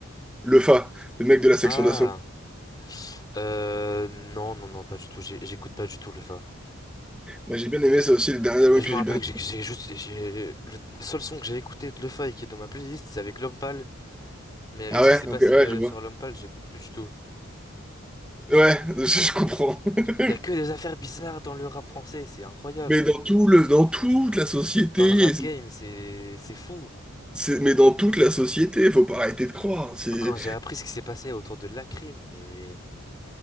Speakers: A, in the centre; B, on the left.
A: Le Fa, le mec de la section
B: Ah,
A: d'assaut.
B: euh, non, non, non, pas du tout. J'ai- J'écoute pas du tout le phare.
A: Moi j'ai bien aimé ça aussi, les derniers albums
B: Et je
A: que j'ai
B: me rappelle
A: bien.
B: que j'ai j'ai juste, j'ai le seul son que j'ai écouté de le phare et qui est dans ma playlist, c'est avec l'homme pâle. Mais avec
A: Ah
B: ce
A: ouais,
B: qui s'est
A: ok,
B: passé
A: ouais,
B: euh,
A: je vois.
B: sur l'homme pâle, j'écoute plus du tout.
A: Ouais, <laughs> je, je comprends. <laughs>
B: Il y a que des affaires bizarres dans le rap français, c'est incroyable.
A: Mais dans tout le, dans toute la société,
B: Dans le rap
A: c'est-
B: game, c'est c'est fou.
A: c'est- mais dans toute la société, faut pas arrêter de croire. C'est
B: Quand j'ai appris ce qui s'est passé autour de Lacrim, mais